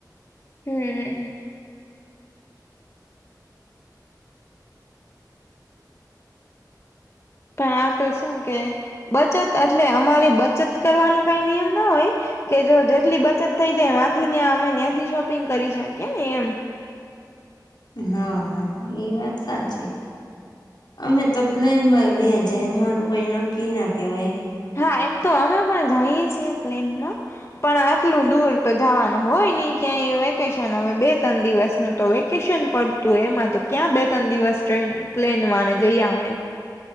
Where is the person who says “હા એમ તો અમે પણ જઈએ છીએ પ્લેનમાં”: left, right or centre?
Left